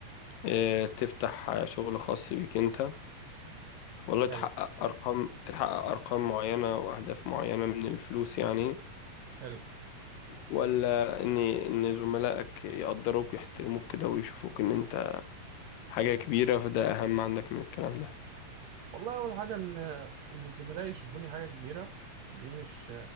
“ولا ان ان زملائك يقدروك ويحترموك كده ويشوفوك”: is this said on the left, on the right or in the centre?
Left